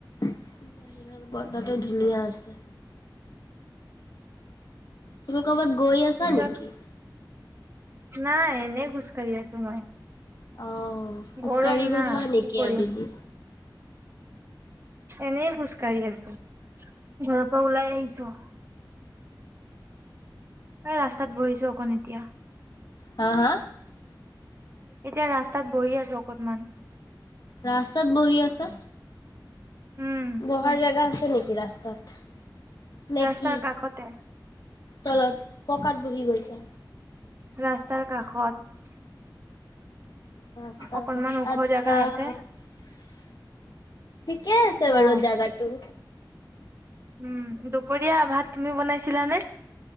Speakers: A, on the left (about 55°); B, on the right (about 30°).
A: বাহিৰত বতাহটো ধুনীয়া আছে। তুমি কৰ'বাত গৈ আছা
B: পিছত
A: নেকি?
B: নাই এনে খুজ কঢ়ি আছো মই
A: অ খোজকাঢ়িব
B: গৰম না
A: যোৱা নেকি
B: কি কৰিম
A: আবেলি
B: এনে খোজকাঢ়ি আছো ঘৰৰ পৰা ওলাই আহিছো এই ৰাস্তাত বহিছো অকণ এতিয়া,
A: হা হা
B: এতিয়া ৰাস্তাত বহি আছো অকনমান।
A: ৰাস্তাত বহি আছা
B: উম
A: বহাৰ জেগা আছে নেকি ৰাস্তাত নে
B: ৰাস্তাৰ
A: কি
B: কাষতে
A: তলত পকাত বহি গৈছে
B: ৰাস্তাৰ কাষত
A: ৰাস্তাৰ
B: অকনমান
A: কাষত
B: ওখ
A: আচ্ছা
B: জেগা আছে
A: উম ঠিকে আছে বাৰু
B: অ
A: জাগাটো
B: উম দুপৰীয়া ভাত তুমি বনাইছা? লানে